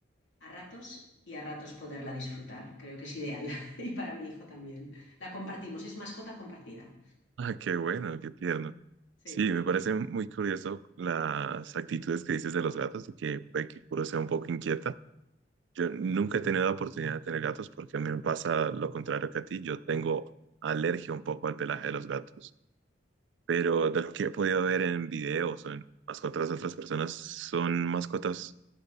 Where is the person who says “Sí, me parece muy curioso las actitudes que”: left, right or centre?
Right